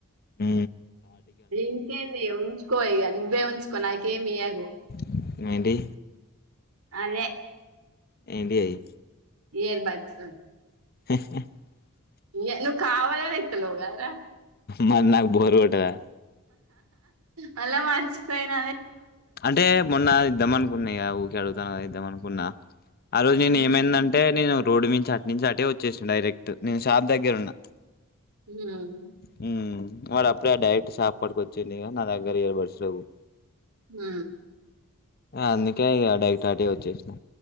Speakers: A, on the left; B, on the right.
A: హు
B: ఇంకేంది ఉంచుకో ఈ కానీ నువ్వే ఉంచుకో నాకేం ఇయ్యకు
A: <unintelligible> టీ
B: అదే
A: ఏంటిది అది
B: ఇయర్ బడ్స్
A: <inaudible>
B: ఈ నువ్వు కావాల చేస్తున్నావ్ కదరా
A: మల్ల నాకు బోర్ కొట్టదా
B: మల్ల మార్చిపోయిన
A: అంటే మొన్న ఇద్దాం అనుకున్నా ఇగ ఊక అడుగుతాను ఇద్దాం అనుకున్నా ఆ రోజు నేను
B: ఉమ్,
A: ఏమైందంటే నేను రోడ్డు నుంచి అట్ నుంచి అటే వచ్చే డైరెక్ట్ నేను షాప్ దగ్గర ఉన్న
B: ఉమ్,
A: హు వాడు అప్పుడే డైరెక్ట్ షాప్ కో వచ్చిండు ఇగ నా దగ్గరా ఇయర్ బర్డ్స్ లేవు
B: ఊ
A: అందుకే ఇగ డైరెక్ట్ అటికే వచ్చేసాన